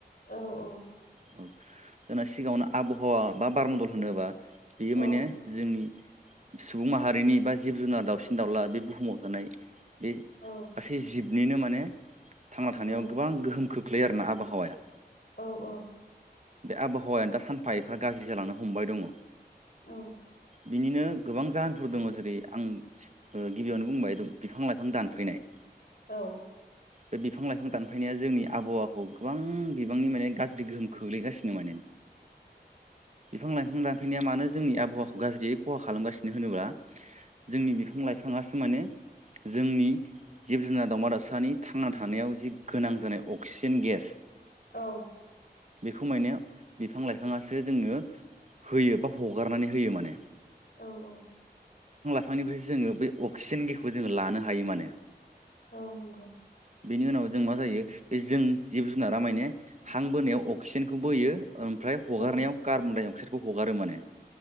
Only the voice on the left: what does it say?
औ औ
औ
औ
औ
औ औ
औ
औ
औ
औ औ
औ नंगौ
औ